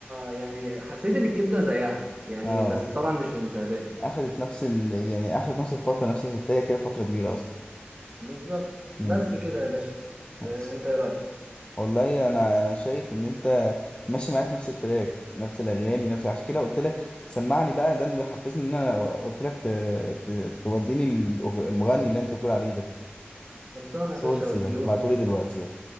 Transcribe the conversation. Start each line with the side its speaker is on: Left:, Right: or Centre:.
Right: يعني حسيت ان الكبده زيها يعني
Left: اه
Right: بس طبعا مش في المشاهدات
Left: اخدت نفس ال... يعني اخدت نفس الفترة نفس الهتاية كده فترة كبيرة اصلا
Right: بالظبط
Left: امم
Right: بس كده يا باشا
Left: بس.
Right: آه، انت ايه رايك
Left: والله انا انا شايف ان انت ماشي معايا في نفس التراك نفس الاغاني نفس عشان كده قلت لك سمعني بقى ده اللي حفزني ان انا قلت لك ت... ت... توديني الأغ- المغني اللي انت بتقول عليه ده
Right: خلصانه
Left: سولس
Right: يا باشا وديهولك
Left: ده بعتولي دلوقتي يلا